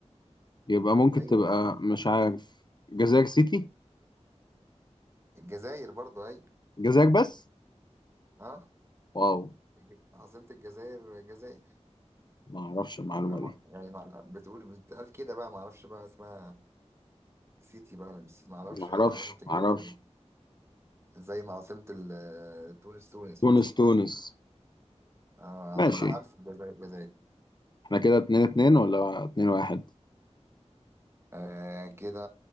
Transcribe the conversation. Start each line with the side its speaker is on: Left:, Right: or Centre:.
Left: يبقى ممكن
Right: ايوه
Left: تبقى مش عارف جزائر سيتي
Right: الجزائر برضو اي
Left: جزائر بس
Right: اه
Left: واو
Right: الج- عاصمة الجزائر الجزائر
Left: ما اعرفش المعلومة
Right: آه، ما-
Left: دي
Right: يعني ما- بتقول بتقال كده بقى ما اعرفش بقى اسمها سيتي بقى ولا مش سيتي، ما اعرفش
Left: ما اعرفش
Right: ايه عاصمة الجزائر
Left: ما اعرفش
Right: دي. زي ما عاصمة ال- تونس تونس
Left: تونس
Right: مثلا
Left: تونس
Right: فاهم آه
Left: ماشي
Right: انا اللي عارف الجزائر الجزائر
Left: احنا كده اتنين اتنين ولا اتنين واحد
Right: آه كده